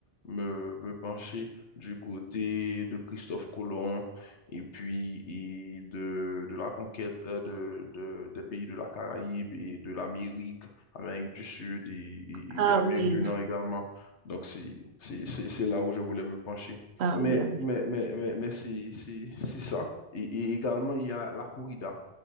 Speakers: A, on the left; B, on the right.
A: me, me pencher du côté de Christophe Colomb et puis et de, de la conquête de, de- des pays de la Caraïbe et de l'Amérique, Amérique du Sud et, et-
B: Ah
A: et Amérique
B: oui,
A: du Nord également. Donc, c'est, c'est, c'est c'est là où je voulais me pencher.
B: ah
A: Mais,
B: oui, ah oui.
A: mais, mais, mais, mais c'est c'est- c'est ça. Et, et également, il y a la corrida.